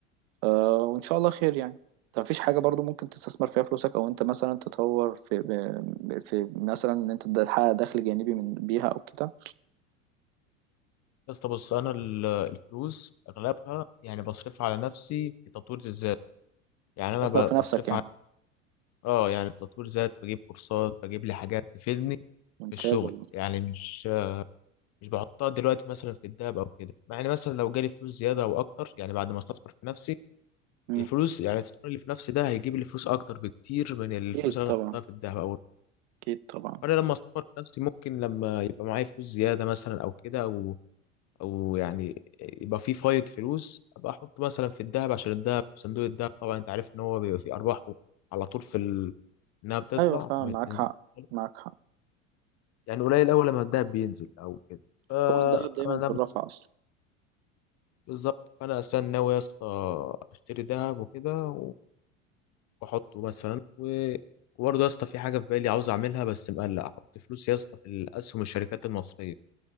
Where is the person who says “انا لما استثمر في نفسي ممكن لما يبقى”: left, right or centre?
Left